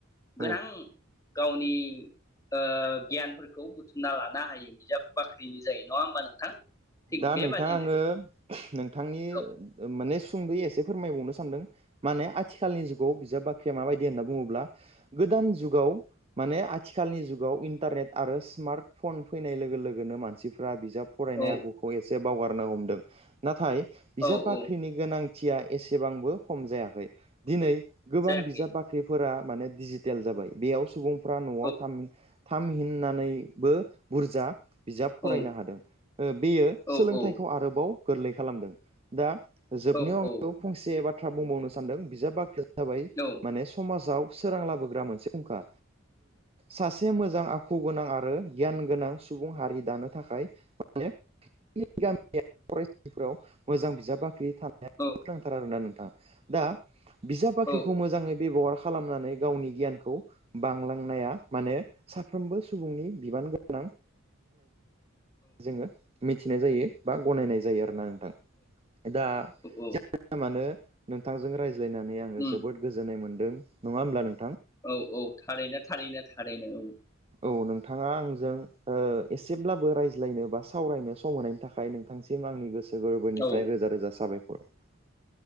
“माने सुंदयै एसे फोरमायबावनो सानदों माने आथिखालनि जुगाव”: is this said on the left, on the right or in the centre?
Right